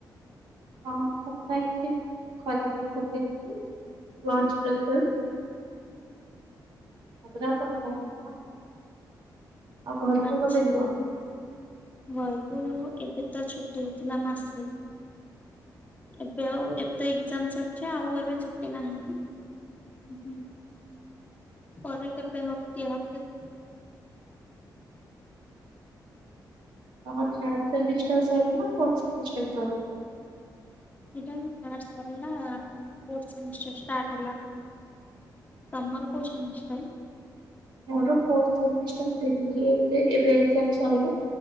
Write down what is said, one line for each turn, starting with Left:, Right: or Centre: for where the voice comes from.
Right: ହଁ କଥା ହେଇଥିଲି। ଖରାବେଳେ କଥା ହେଇଥିଲି। ଲଞ୍ଚ ବ୍ରେକରେ, ତା ପରେ ଆଉ କଥା ହେଇନି ଆଉ। ଆଉ ଘରକୁ
Left: ଆଚ୍ଛା,
Right: କେବେ ଯିବ?
Left: ଘରକୁ ଏବେ ତ ଛୁଟି ହେଇଥିଲା ମାସେ। ଏବେ ଆଉ ଏବେ ତ ଏକଜାମ ସରିଛି, ଆଉ ଏବେ ଛୁଟି ନାହିଁ। ହୁଁ ପରେ କେବେ ହବ ଦିଆ ହବ ଦେ
Right: ତମର ଥାଡ ସେମିଷ୍ଟାର ସଇଲା ନା ଫୋର୍ଥ ସେମିଷ୍ଟାର ସଇଲା?
Left: ସେଇଟା ହିଁ ଥାର୍ଡ଼ ସରିଲା। ଫୋର୍ଥ ସେମିଷ୍ଟାର ଷ୍ଟାର୍ଟ ହେଲା। ତମର କୋଉ ସେମିଷ୍ଟର?
Right: ମୋର ଫୋର୍ଥ ସେମିଷ୍ଟାର ଦେଲି। ଏବେ ଏବେ ଏକଜାମ ସଇଲା।